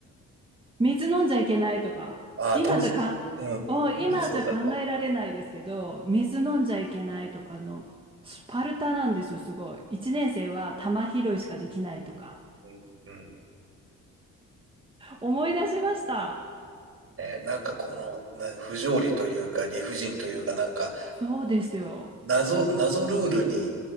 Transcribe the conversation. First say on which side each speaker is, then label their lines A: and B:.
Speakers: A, on the right; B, on the right.
A: 水飲んじゃいけないとか今じゃかお今じゃ考えられないですけど水飲んじゃいけないとかのスパルタなんですよすごい。
B: ああ、当時、うん、当時そうだった。
A: 1年生は玉拾いしかできないとか
B: うん、うん
A: 思い出しました。
B: えーなんかこのな不条理というか理不尽というか、なんか
A: そうですよ。
B: 謎、謎ルールに